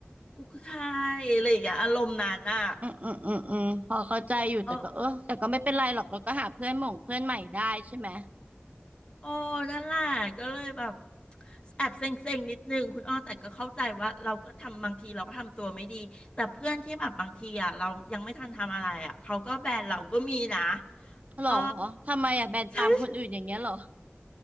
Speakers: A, on the left; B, on the right.
A: กูคือใครอะไรอย่างเงี้ยอารมณ์นั้นอ่ะ
B: อืมอืมอืมอืมพอเข้าใจอยู่แต่ก็เออแต่ก็ไม่เป็นไรหรอกเราก็หาเพื่อนหม่งเพื่อนใหม่ได้ใช่ไหม
A: เออโอ้นั่นแหละก็เลยแบบแอบเซ็งๆนิดนึงคุณอ้อแต่ก็เข้าใจว่าเราก็ทำบางทีเราก็ทำตัวไม่ดีแต่เพื่อนที่แบบบางทีอ่ะเรายังไม่ทันทำอะไรอ่ะเขาก็แบนเราก็มีนะ
B: หรอ
A: เออ
B: ทำไมอะแบนตามคนอื่นอย่างเงี้ยเหรอ
A: ใช่ๆ